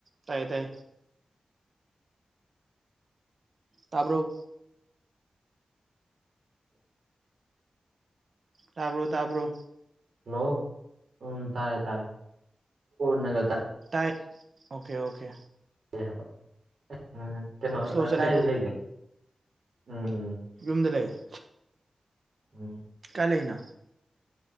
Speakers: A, on the right (about 55°); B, on the right (about 75°).
A: ꯇꯥꯏ ꯇꯥꯏ ꯇꯥꯔꯕꯣ ꯇꯥꯕ꯭ꯔꯣ ꯇꯥꯕ꯭ꯔꯣ
B: ꯍꯜꯂꯣ ꯎꯝ ꯇꯥꯔꯦ ꯇꯔꯦ ꯅꯒ ꯇ
A: ꯇꯥꯏ ꯑꯣꯀꯦ ꯑꯣꯀꯦ
B: ꯑꯦ ꯍꯥꯏꯕ ꯎꯝ ꯀꯩꯅꯣ
A: ꯁ꯭ꯂꯣ ꯆꯠꯂꯤꯔꯥ
B: ꯀꯥꯏꯗ ꯂꯩꯒꯦ ꯎꯝ ꯎꯝ
A: ꯌꯨꯝꯗ ꯂꯩꯦ
B: ꯎꯝ
A: ꯀꯥꯂꯅꯥ